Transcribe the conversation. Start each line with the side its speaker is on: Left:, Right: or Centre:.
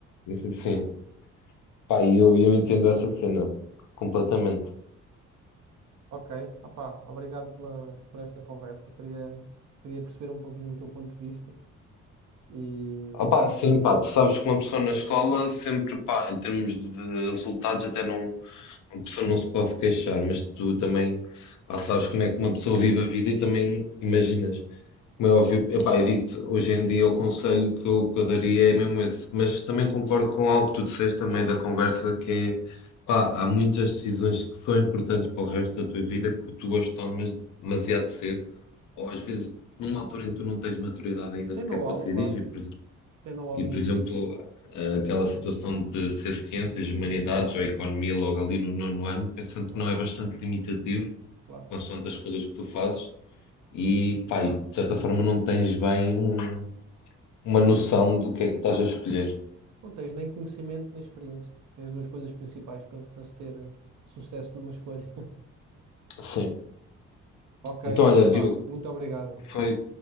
Left: isso assim. Pá, e eu, eu entendo essa cena completamente.
Right: Ok, opá, obrigado pela, por esta conversa. Queria, queria perceber um pouquinho o teu ponto de vista e
Left: Opá, sim, pá, tu sabes que uma pessoa na escola sempre, pá, em termos de resultados até não Uma pessoa não se pode queixar, mas tu também pá, sabes como é que uma pessoa vive a vida e também imaginas. Como é óbvio, epá, eu digo-te, hoje em dia o conselho que eu, que eu daria é mesmo esse. Mas também concordo com algo que tu disseste também da conversa, que é, pá, há muitas decisões que são importantes para o resto da tua vida que tu as tomas demasiado cedo, ou às vezes numa altura em que tu não tens maturidade ainda
Right: sem
Left: sequer
Right: know-how,
Left: para decidir,
Right: claro,
Left: e por
Right: sem know-how
Left: e,
Right: nenhum,
Left: por exemplo, aquela situação de ser ciências, humanidades ou economia logo ali no nono ano, pensando que não é bastante limitativo,
Right: claro.
Left: consoante as escolhas que tu fazes, e, pá, e de certa forma não tens bem um- uma noção do que é que estás
Right: Não,
Left: a escolher.
Right: não tens nem conhecimento nem experiência, que é as duas coisas principais para para se ter eh, sucesso numa escolha. <laughs>
Left: Sim.
Right: Ok,
Left: Então, olha,
Right: opá,
Left: Diogo,
Right: muito obrigado.
Left: foi